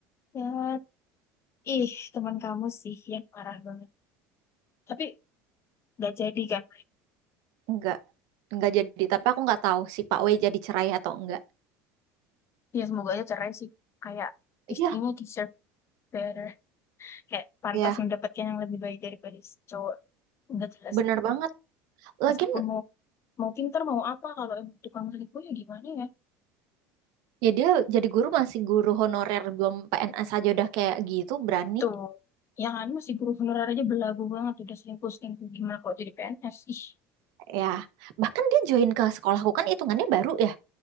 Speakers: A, on the left; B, on the right.
A: Ya, ih teman kamu sih yang parah banget. Tapi gak jadi kan?
B: Enggak. Enggak jadi, tapi aku nggak tahu si Pak W jadi cerai atau enggak.
A: ya semoga aja cerai sih kayak
B: Iya,
A: istrinya deserve better kayak pantas
B: ya,
A: mendapatkan yang lebih baik daripada si cowok nggak jelas
B: bener
A: sih
B: banget. Lagian
A: meskipun mau mau pinter mau apa kalau emang tukang selingkuh ya gimana ya
B: Ya dia jadi guru masih guru honorer belum PNS aja udah kayak gitu berani
A: tuh ya kan masih guru honorer aja belagu banget udah selingkuh selingkuh gimana kalau jadi PNS ih
B: ya. Bahkan dia join ke sekolahku kan hitungannya baru ya.